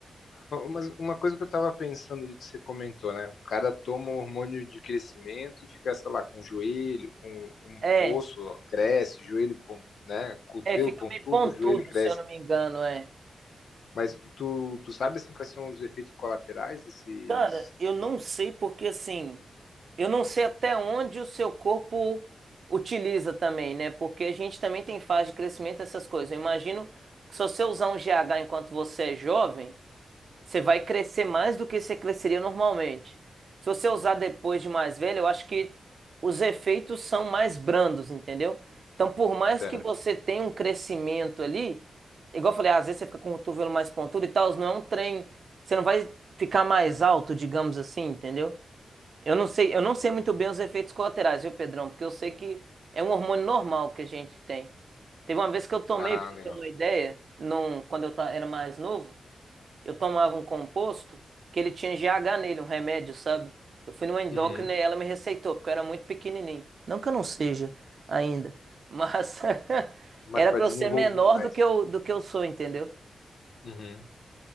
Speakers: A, on the left; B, on the right.
A: Ó, Mas uma coisa que eu tava pensando ali que você comentou, né? O cara toma o hormônio de crescimento e fica, sei lá, com o joelho, com o
B: É,
A: o osso cresce, joelho, pon- né? Cotovelo
B: é, fica
A: pontudo,
B: meio pontudo,
A: joelho cresce.
B: se eu não me engano, é.
A: Mas tu, tu sabe assim quais são os efeitos colaterais desses,
B: Cara, eu não
A: desses
B: sei porque assim, eu não sei até onde o seu corpo utiliza também, né? Porque a gente também tem fase de crescimento, essas coisas. Eu imagino que se você usar um GH enquanto você é jovem, você vai crescer mais do que você cresceria normalmente. Se você usar depois de mais velho, eu acho que os efeitos são mais brandos, entendeu? Então, por mais
A: teto?
B: que você tenha um crescimento ali, igual eu falei, às vezes você fica com o cotovelo mais pontudo e tal, não é um trem, você não vai ficar mais alto, digamos assim, entendeu? Eu não sei, eu não sei muito
A: Hum.
B: bem os efeitos colaterais, viu, Pedrão? Porque eu sei que é um hormônio normal que a gente tem. Teve uma vez que eu tomei,
A: Ah,
B: pra você
A: legal.
B: ter uma ideia, num, quando eu ta- era mais novo, eu tomava um composto que ele tinha G H nele, um remédio, sabe? Eu fui numa endócrina
A: Uhum.
B: e ela me receitou, porque eu era muito pequenininho. Não que eu não seja ainda, mas <laughs>
A: Mas
B: era
A: para
B: pra
A: desenvolver
B: eu ser menor
A: mais.
B: do que eu, do que eu sou, entendeu?
A: Uhum.